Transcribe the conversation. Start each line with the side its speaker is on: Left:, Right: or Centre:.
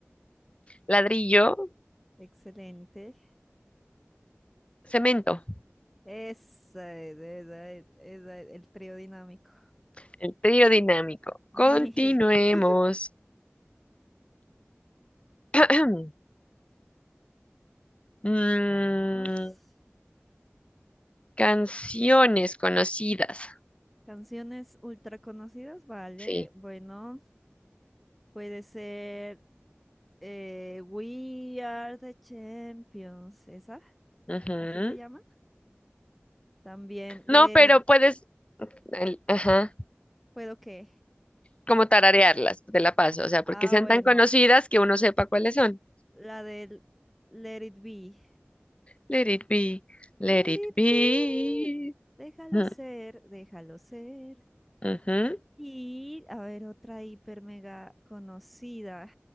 Left: ladrillo,
Centre: excelente.
Left: cemento.
Centre: Esa Es, esa es, esa es, eh, el trío dinámico.
Left: El trío dinámico.
Centre: <laughs>
Left: Continuemos. <clears throat> Mm,
Centre: Vamos.
Left: Canciones conocidas,
Centre: Canciones ultra conocidas, vale.
Left: sí.
Centre: Bueno, puede ser eh, We Are the Champions, esa,
Left: ujú.
Centre: así se llama. También Let
Left: No, pero
Centre: It,
Left: puedes, al- ajá,
Centre: ¿puedo qué?
Left: como tararearlas, te la paso, o sea,
Centre: Ah,
Left: porque sean
Centre: bueno,
Left: tan conocidas que uno sepa cuáles son.
Centre: la del Let It Be.
Left: Let it be, let
Centre: Let
Left: it
Centre: It
Left: be.
Centre: Be, déjalo
Left: Ujú,
Centre: ser, déjalo ser.
Left: ujú.
Centre: Y, a ver, otra hiper mega conocida.